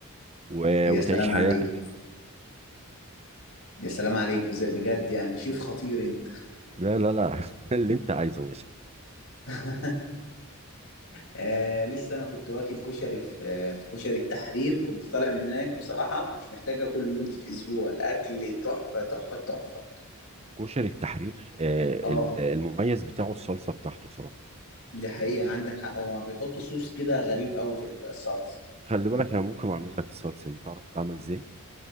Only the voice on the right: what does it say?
و-
وتعيش
حياتك
لا لا لا <laughs> اللي انت عايزه يا باشا
كشري التحرير آه،
ال- المميز بتاعه الصلصه بتاعته صراحه
خلي بالك انا ممكن اعمل لك الصلصه دي تعرف تعمل ازاي